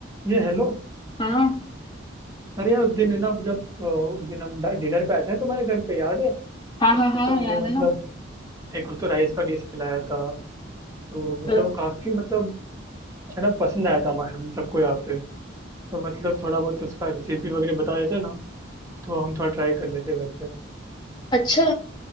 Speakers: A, on the right; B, on the left.
A: ये हेलो
B: हाँ
A: अरे यार उस दिन है ना जब अ, उस दिन हम डिनर पे आए थे ना तुम्हारे घर पे याद है तो
B: हाँ हाँ
A: फिर
B: हाँ
A: तुमने
B: याद
A: मतलब
B: है ना
A: एक उस तो राइस का डिश खिलाया था तो मतलब
B: अ-
A: वो काफी मतलब है ना पसंद आया था हमारे हम सबको यहाँ पे तो मतलब थोड़ा बहुत उसका रेसिपी वगैरह बता देते ना तो हम थोड़ा ट्राई कर लेते घर पे
B: अच्छा